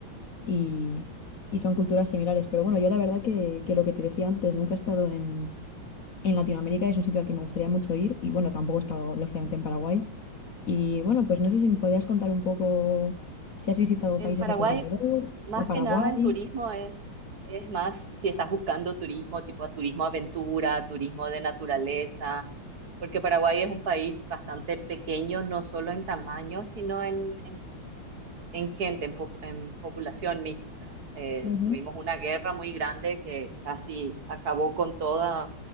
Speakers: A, on the left (about 55°); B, on the right (about 50°).
A: Y, y son culturas similares. Pero bueno, yo la verdad que, que lo que te decía antes, nunca he estado en, en Latinoamérica, es un sitio al que me gustaría mucho ir. Y bueno, tampoco he estado, lógicamente, en Paraguay. Y bueno, pues no sé si me podrías contar un poco si has visitado
B: En
A: países
B: Paraguay
A: a tu alrededor
B: Más
A: o Paraguay.
B: que nada el turismo es, es más si estás buscando turismo, tipo turismo aventura, turismo de naturaleza, porque Paraguay es un país bastante pequeño, no solo en tamaño, sino en, en, en gente, en, po- en población misma, ¿verdad? Eh,
A: Ujú.
B: tuvimos una guerra muy grande que casi acabó con toda